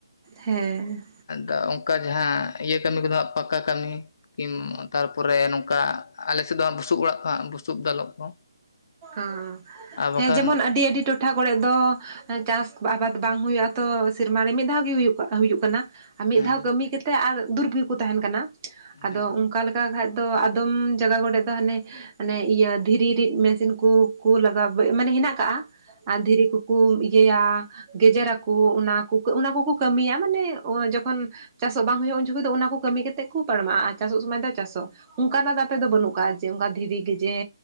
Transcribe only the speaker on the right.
ᱦᱮᱸ
ᱚ
ᱦᱮᱸ ᱡᱮᱢᱚᱱ ᱟᱹᱰᱤ ᱟᱹᱰᱤ ᱴᱚᱴᱟ ᱴᱚᱴᱷᱟ ᱠᱚᱨᱮ ᱫᱚ ᱪᱟᱥ ᱟᱵᱟᱫᱽ ᱵᱟᱝ ᱦᱩᱭᱩᱜᱼᱟ ᱛᱚ ᱥᱮᱨᱢᱟᱨᱮ ᱨᱮ ᱢᱤᱫ ᱫᱷᱟᱣ ᱜᱮ ᱦᱩᱭᱩᱜ ᱠᱟᱱᱟ᱾ ᱟᱨ ᱢᱤᱫ
ᱫᱷᱟᱣ ᱠᱟᱹᱢᱤ ᱠᱟᱛᱮᱫ ᱟᱨ ᱫᱩᱨᱵᱚ ᱨᱮᱜᱮ ᱠᱚ ᱛᱟᱦᱮᱱ ᱠᱟᱱᱟ
ᱟᱫᱚ ᱚᱱᱠᱟ ᱞᱮᱠᱟ ᱚᱱᱠᱟ ᱠᱷᱟᱱ ᱫᱚ ᱟᱫᱚᱢ ᱡᱟᱜᱟ ᱠᱚᱨᱮ ᱫᱚ ᱦᱟᱱᱮ ᱦᱟᱱᱮ ᱤᱭᱟᱹ ᱫᱷᱤᱨᱤ ᱨᱤᱫ ᱢᱮᱥᱤᱱ ᱥᱮ ᱱᱩᱠᱩ ᱠᱚ ᱞᱟᱜᱟᱣ ᱢᱟᱱᱮ ᱦᱮᱱᱟᱜ ᱠᱟᱜᱼᱟ ᱟᱨ ᱫᱷᱤᱨᱤ ᱠᱚᱠᱚ ᱤᱭᱟᱹᱭᱟ ᱜᱮᱡᱮᱨ ᱟᱠᱚ ᱚᱱᱟ ᱠᱚ ᱚᱱᱟ ᱠᱚᱠᱚ ᱠᱟᱹᱢᱤᱭᱟ ᱢᱟᱱᱮ ᱡᱚᱠᱷᱚᱱ ᱪᱟᱥᱚᱜ ᱵᱟᱝ ᱦᱩᱭᱩᱜᱼᱟ ᱩᱱ ᱡᱚᱠᱷᱚᱱ ᱫᱚ ᱚᱱᱟ ᱠᱚ ᱠᱟᱹᱢᱤ ᱠᱟ ᱠᱟᱛᱮᱫ ᱠᱚ ᱯᱟᱲᱚᱢᱟᱜᱼᱟ᱾ ᱪᱟᱥᱚᱜ ᱥᱚᱢᱚᱭ ᱫᱚ ᱪᱟᱥᱚᱜ ᱚᱱᱠᱟᱱᱟᱜ ᱫᱚ ᱯᱮ ᱥᱮᱫ ᱫᱚ ᱵᱟᱹᱱᱩᱜ ᱟᱠᱟᱫᱟ ᱡᱮ ᱚᱱᱠᱟ ᱫᱷᱤᱨᱤ ᱡᱮ